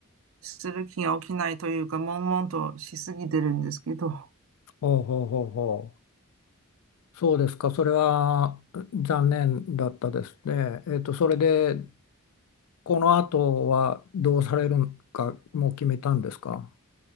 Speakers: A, on the right; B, on the left.
A: する気が起きないというか、悶々としすぎてるんですけど、
B: ほうほうほうほう。そうですか。それは残念だったですね。えっと、それで、この後はどうされるか、もう決めたんですか。